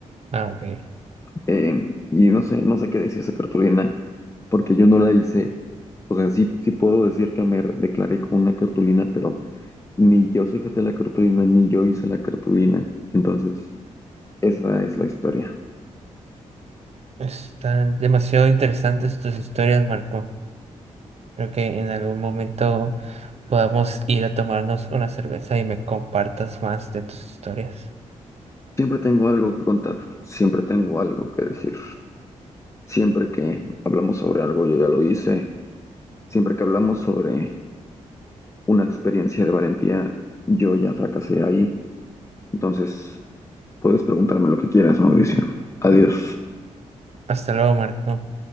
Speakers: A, on the right; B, on the left.
A: Ah, ok.
B: em, y no sé, no sé qué decía esa cartulina, porque yo no la hice, o sea, sí, sí puedo decir que me declaré con una cartulina, pero ni yo sujeté la cartulina, ni yo hice la cartulina, entonces esa es la historia.
A: Están demasiado interesantes tus historias, Marco. Creo que en algún momento podamos ir a tomarnos una cerveza y me compartas más de tus historias.
B: Siempre tengo algo que contar, siempre tengo algo que decir. Siempre que hablamos sobre algo, yo ya lo hice. Siempre que hablamos sobre una experiencia de valentía, yo ya fracasé ahí. Entonces, puedes preguntarme lo que quieras, Mauricio. Adiós.
A: Hasta luego, Marco.